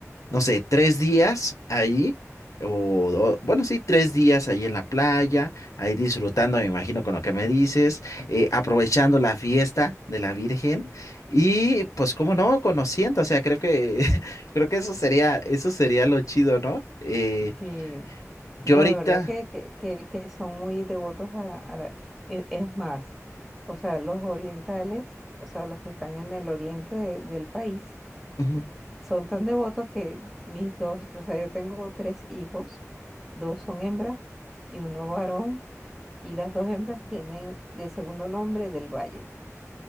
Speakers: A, on the left; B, in the centre.
A: no sé, tres días ahí, o, do- bueno, sí, tres días ahí en la playa, ahí disfrutando, me imagino, con lo que me dices, eh, aprovechando la fiesta de la Virgen y pues, cómo no, conociendo, o sea, creo que, <laughs> creo que eso sería, eso sería lo chido, ¿no? Eh,
B: Sí.
A: yo
B: No,
A: ahorita...
B: de verdad que, que, que, que son muy devotos a, a la... e- Es más, o sea, los orientales, o sea, los que están en el oriente de- del país,
A: ujú.
B: son tan devotos que mis dos, o sea, yo tengo tres hijos, dos son hembras y uno varón, y las dos hembras tienen de segundo nombre del Valle.